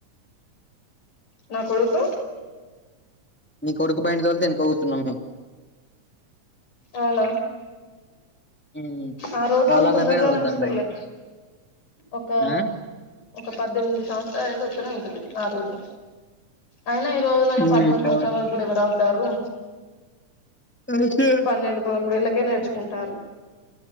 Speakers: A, on the left; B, in the centre.
A: నా కొడుకు
B: నీ కొడుకు బండి తొలితే ఎనుక కూచునము
A: అవునా
B: ఉమ్
A: ఆ రోజు
B: ఆళ్ళన్న
A: తొందరలోనే
B: పైన తోలుతాండు
A: వస్తదిలే
B: బండి
A: ఒక
B: ఆ
A: ఒక పద్దెనిమిది సంవత్సరాలు అయితే వత్తనే ఉంటుది ఆ రోజు అయినా ఈ రోజులలో
B: ఉమ్
A: పద్దెనిమిది సంవత్సరాల
B: అవును
A: వరకు కూడా ఎవరు ఆగుతారు?
B: కరెక్టే
A: పన్నెండు, పదమూడేళ్ళకె నేర్చుకుంటారు.